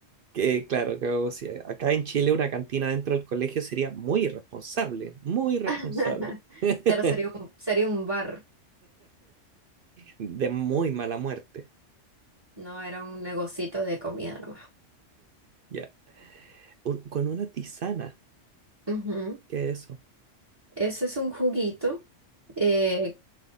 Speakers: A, on the right; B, on the right.
A: que claro, que, o sea, acá en Chile una cantina dentro del colegio sería muy irresponsable, muy irresponsable.
B: <laughs>
A: <laughs>
B: Claro, sería un, sería un bar,
A: De muy mala muerte.
B: no era un negocito de comida nomás.
A: Ya. Un- con una tisana.
B: Ujú.
A: ¿Qué es eso?
B: Ese es un juguito eh,